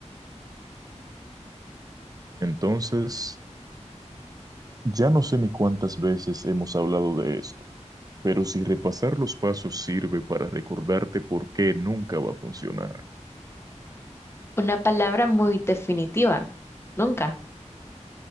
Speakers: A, on the right; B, on the left.
A: Entonces, ya no sé ni cuántas veces hemos hablado de esto, pero si repasar los pasos sirve para recordarte por qué nunca va a funcionar.
B: Una palabra muy definitiva. Nunca.